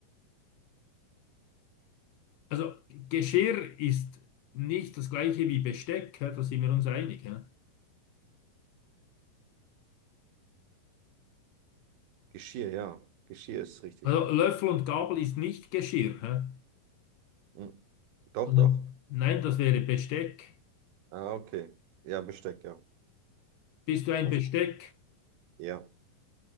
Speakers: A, on the left (about 75°); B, on the right (about 80°).
A: Also Geschirr ist nicht das gleiche wie Besteck, hä? da sind wir uns einig. Hä?
B: Geschirr, ja. Geschirr ist richtig.
A: Also Löffel und Gabel ist nicht Geschirr. Hä?
B: Hm. Doch,
A: Sondern-
B: doch.
A: Nein, das wäre Besteck.
B: Ah, okay. Ja, Besteck, ja.
A: Bist du ein
B: Was?
A: Besteck?
B: Ja,